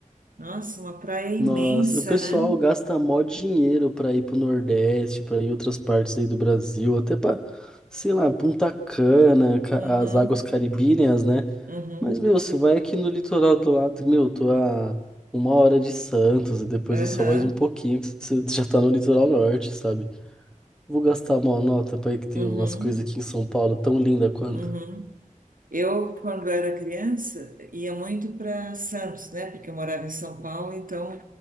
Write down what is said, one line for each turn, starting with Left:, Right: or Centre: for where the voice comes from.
Right: Nossa, uma praia imensa,
Centre: Nossa, o pessoal
Right: né?
Centre: gasta mó dinheiro pra ir pro Nordeste, pra ir em outras partes aí do Brasil, até pra, sei lá, Punta Cana, ca-
Right: Uhum,
Centre: as águas caribíneas, né?
Right: uhum,
Centre: Mas, meu, você vai aqui no litoral do lado, meu, tô a uma hora de Santos, e depois
Right: aham,
Centre: é só mais um pouquinho que você já tá no litoral norte, sabe? Vou gastar uma nota pra ir que tem
Right: uhum,
Centre: umas coisas aqui em São Paulo tão linda quanto.
Right: uhum. Eu, quando era criança, ia muito para Santos, né? Porque eu morava em São Paulo, então